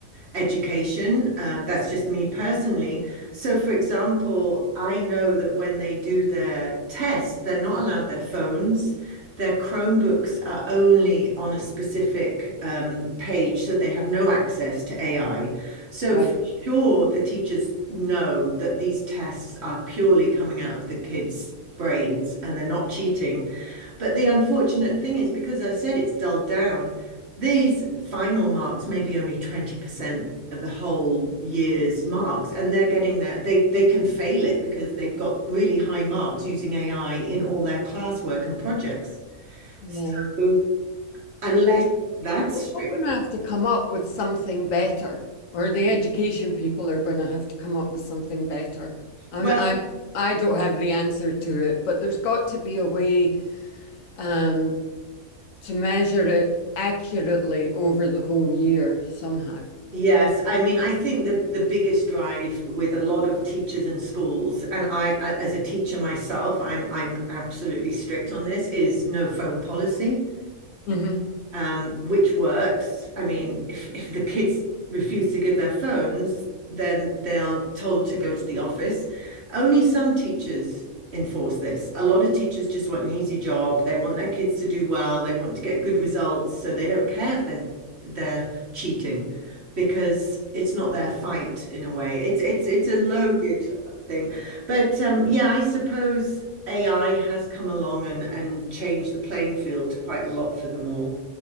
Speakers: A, on the right; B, on the left.
A: education. Um, that's just me personally. So, for example, I know that when they do their tests, they're not allowed their phones. Their Chromebooks are only on a specific um, page, so they have no access to AI. So
B: Right.
A: for sure, the teachers know that these tests are purely coming out of the kids' brains and they're not cheating. But the unfortunate thing is, because I said it's dulled down, these final marks may be only 20% of the whole year's marks, and they're getting their they they can fail it because they've got really high marks using AI in all their classwork and projects.
B: Yeah.
A: So unless that's
B: We're
A: strict,
B: all going to have to come up with something better, or the education people are going to have to come up with something better. I'm,
A: well.
B: I'm, I don't have the answer to it, but there's got to be a way um, to measure it accurately over the whole year somehow.
A: Yes, I mean, I think the the biggest drive with a lot of teachers and schools, and I, I- as a teacher myself, I'm I'm absolutely strict on this, is no phone policy
B: hmm
A: um, which works. I mean, if, if the kids refuse to give their phones, then they're told to go to the office. Only some teachers enforce this. A lot of teachers just want an easy job. They want their kids to do well. They want to get good results, so they don't care if they're they're cheating because it's not their fight in a way. It's it's it's a loaded thing. But um, yeah, I suppose AI has come along and and changed the playing field quite a lot for them all.